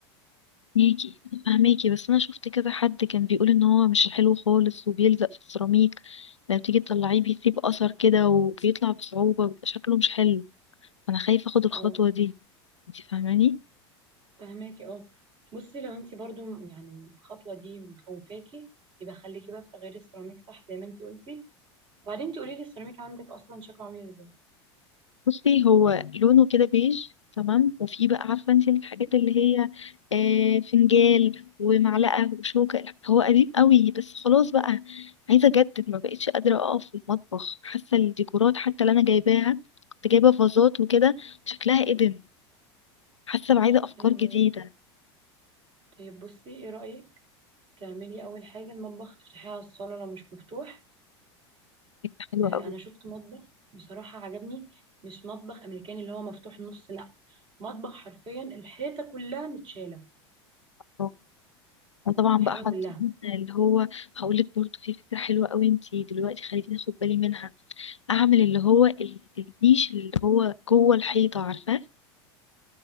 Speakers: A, on the left; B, on the right.
A: ميكي فهماكي بس انا شفت كذا حد كان بيقول ان هو مش حلو خالص وبيلزق في السيراميك لما تيجي تطلعيه بيسيب اثر كده وبيطلع بصعوبة بيبقى شكله مش حلو فانا خايفة اخد الخطوة
B: اه
A: دي انت فاهماني
B: فهماكي اه بصي لو انت برضو يعني الخطوه دي مخوفاكي يبقى خليكي بقى في تغيير السيراميك صح زي ما انت قلتي وبعدين تقولي لي السيراميك عندك اصلا شكله عامل ازاي
A: بصي هو لونه كده بيج تمام وفي بقى عارفة انت الحاجات اللي هي آه فنجال ومعلقة وشوكة هو قديم قوي بس خلاص بقى عايزة اجدد ما بقتش قادرة اقف في المطبخ حاسة الديكورات حتى اللي انا جايباها كنت جايبة فازات وكده شكلها قديم حاسه بعايزه افكار
B: ايوه
A: جديده
B: طيب بصي ايه رأيك تعملي اول حاجة المطبخ تفتحيه على الصالة لو مش مفتوح
A: فكره حلوه
B: آه
A: قوي
B: انا شفت مطبخ بصراحة عجبني مش مطبخ امريكاني اللي هو مفتوح نص لا مطبخ حرفيا الحيطة كلها متشالة
A: اه. وطبعا بقى
B: الحاجة
A: حاطين
B: كلها
A: اللي هو هقول لك برضه في فكره حلوه قوي انت دلوقتي خليتيني اخد بالي منها اعمل اللي هو ال- النيش اللي هو جوه الحيطه عارفاه